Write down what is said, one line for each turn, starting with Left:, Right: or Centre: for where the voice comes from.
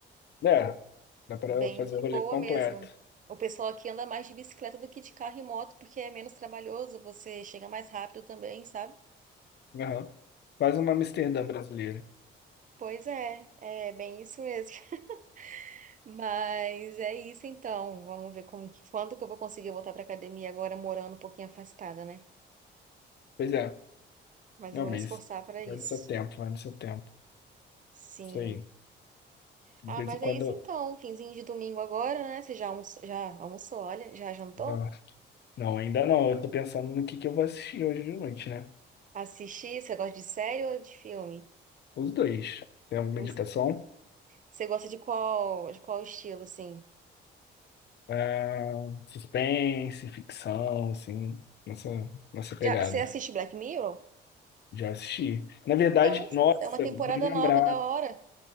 Left: É, dá pra
Right: Bem
Left: fazer
Right: de
Left: o rolê
Right: boa
Left: completo.
Right: mesmo. O pessoal aqui anda mais de bicicleta do que de carro e moto, porque é menos trabalhoso, você chega mais rápido também, sabe?
Left: Aham. Quase uma Amsterdã brasileira.
Right: Pois é, é bem isso mesmo. <laughs> Mas é isso então. Vamos ver como que, quando que eu vou conseguir voltar pra academia agora morando um pouquinho afastada, né?
Left: Pois é,
Right: Mas
Left: não,
Right: eu vou
Left: mas
Right: me esforçar para isso.
Left: vai no seu tempo, vai no seu tempo.
Right: Sim.
Left: Isso aí. De
Right: Ah,
Left: vez
Right: mas
Left: em quando.
Right: é isso
Left: eu-
Right: então. Finzinho de domingo agora, né? Você já almoçou, já almoçou, olha, já jantou?
Left: Não, não, ainda não. Eu tô pensando no que que eu vou assistir hoje de noite, né?
Right: Assistir? Você gosta de série ou de filme?
Left: Os dois. Tem alguma
Right: Os-
Left: indicação?
Right: Você gosta de qual, de qual estilo, assim?
Left: Ah, suspense, ficção, assim, nessa, nessa pegada.
Right: Já, você assiste Black Mirror?
Left: Já assisti. Na verdade,
Right: Então,
Left: nossa,
Right: é uma temporada
Left: bem lembrado.
Right: nova da hora.